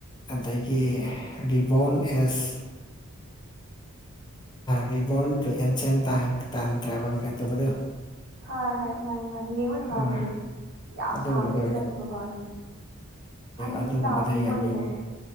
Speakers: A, on the left; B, on the right.
A: ꯑꯗꯒꯤ reborn as reborn to ancient ꯇꯥꯡ ꯇꯥꯟ ꯇ꯭ꯔꯥꯚꯦꯜꯒꯥꯏ ꯇꯧꯕꯗꯣ
B: ꯍꯥꯏ ꯍ ꯃꯥꯅꯤ ꯃꯥꯅꯤ ꯌꯦꯡꯕ ꯅꯨꯡꯉꯥꯏꯕꯅꯤ
A: ꯍꯣꯏ
B: ꯌꯥꯝ
A: ꯑꯗꯨꯒꯨꯝꯕꯗꯣ
B: ꯁꯥꯡꯕꯁꯨ ꯅꯠꯇꯕꯀꯣ ꯑꯗꯨꯝ ꯐꯥꯒꯤ
A: ꯑꯗꯨꯒꯨꯝꯕꯗ
B: ꯇꯥꯕꯅꯦ ꯃꯣꯏꯒꯤꯗꯣ
A: ꯌꯥꯝ ꯌꯦꯡꯉꯦ